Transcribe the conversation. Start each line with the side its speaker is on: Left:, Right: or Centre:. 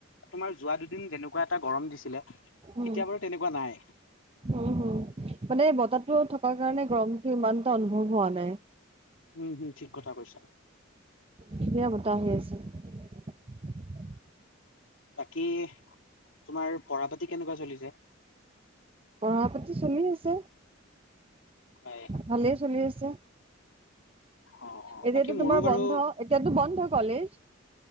Left: তোমাৰ যোৱা দুদিন যেনেকুৱা এটা গৰম দিছিলে।
Right: উম,
Left: এতিয়া বাৰু তেনেকুৱা নাই।
Right: উম, হম মানে বতাত টো থকাৰ কাৰণে গৰমতটো ইমানটা অনুভৱ হোৱা নাই।
Left: উম, হম ঠিক কথা কৈছা।
Right: ধুনীয়া বতাহ আহি <inaudible>
Left: বাকী তোমাৰ পঢ়া পাতি কেনেকুৱা চলিছে?
Right: পঢ়া পাতি চলি আছে
Left: হয়
Right: ভালেই চলি আছে।
Left: অ' অ'
Right: এতিয়াতো
Left: বাকী মোৰো
Right: তোমাৰ
Left: বাৰু
Right: বন্ধ এতিয়াতো বন্ধ কলেজ।